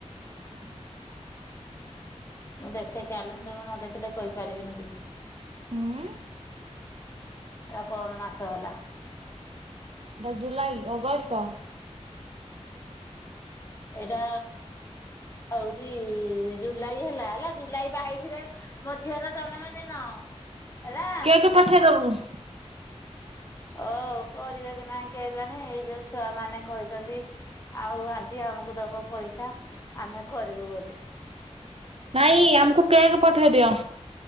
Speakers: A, on the right; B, on the left.
A: ହ
B: ମୁଁ ଦେଖେ କ୍ୟାଲେଣ୍ଡର ନ ଦେଖିଲେ କହିପାରିବିନି କିଛି
A: ହଁ
B: ଏଟ କଣ ମାସ ହେଲା
A: ଜୁଲାଇ ଅଗଷ୍ଟ
B: ଏଇଟା ହଉଛି ଜୁଲାଇ ହେଲା ହେଲା ଜୁଲାଇ ବାଇଶରେ ମୋ ଝିଅର ଜନ୍ମଦିନ ହେଲା
A: କେକ ପଠେଇ ଦେବୁ
B: ଓ କରିବେ କି ନାହିଁ କେହି ଜାଣେ ଏଇ ଯୋଉ ଛୁଆ ମାନେ କହିଛନ୍ତି ଆଉ ଆଣ୍ଟି ଆମକୁ ଦବ ପଇସା ଆମେ କରିବୁ ବୋଲି
A: ନାଇଁ ଆମକୁ କେକ୍ ପଠେଇ ଦିଅ